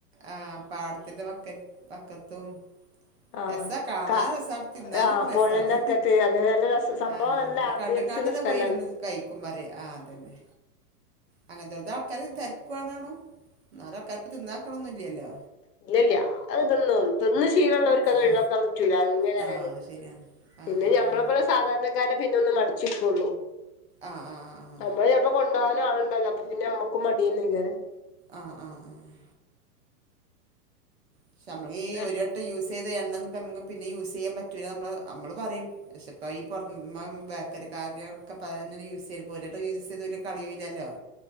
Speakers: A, on the right; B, on the left.
A: ആഹ് പാടത്തിന്റെ വക്കറ്റ് വക്കത്തും
B: ആഹ്
A: രസ കാണാനും
B: ക
A: രസ തിന്നാനും
B: ആഹ്
A: രസാണ്
B: പുഴന്റെ അക്കത്ത് അത് നല്ല രസ സംഭവം
A: ആഹ്
B: നല്ല
A: അ
B: ആംബിയൻസുള്ള
A: കണ്ട് <unintelligible>
B: സ്ഥലാണ്
A: പോയിരുന്ന് കഴിക്കുമ്പറേ ആഹ് അതന്നെ അങ്ങനത്തോൽത് ആൾക്കാര് തെര്ക്കുവാണാണും ഇന്നാലും ആൾക്കാര്പ്പ തിന്നാക്ക്ണ് ഒന്നുയില്ലല്ലോ
B: ഇല്ലില്ല അത് തിന്നും. തിന്ന് ശീലള്ളൊര് ക്കത് ഒഴിവാക്കാൻ
A: ആ
B: പറ്റൂല അങ്ങനെയായാലും.
A: ആ അത് ശരിയാണ് ആ
B: പിന്നെ
A: ആ
B: ഞമ്മളെപ്പോലെ
A: ആ
B: സാധാരണക്കാരെ പിന്നെ ഒന്ന് മടി ച്ചികൊള്ളു
A: ആഹ് ആഹ് ആഹ് ആഹ്
B: നമ്മളെ ചെലപ്പോ കൊണ്ടോവാനും ആളുണ്ടാവില്ല അപ്പോപ്പിന്നെ നമ്മക്കും മടിയന്നെയ്ക്കാരം
A: ആഹ് ആഹ് ആഹ് പക്ഷെയമ്മളീ
B: ഏഹ്
A: ഒരു വട്ടം യൂസ് ചെയ്ത എണ്ണന്നു പ്പമ്മക്ക് പിന്നെ യൂസ് ചെയ്യാൻ പറ്റൂല നമ്മളെ നമ്മള് പറയും വെശപ്പായി ഈ <unintelligible> ബേക്കറിക്കാരെ ക്കപ്പ അതന്നല്ലെ യൂസെയ്ത് ഇപ്പ ഒരുവട്ടം യൂസ് ചെയ്ത് <unintelligible>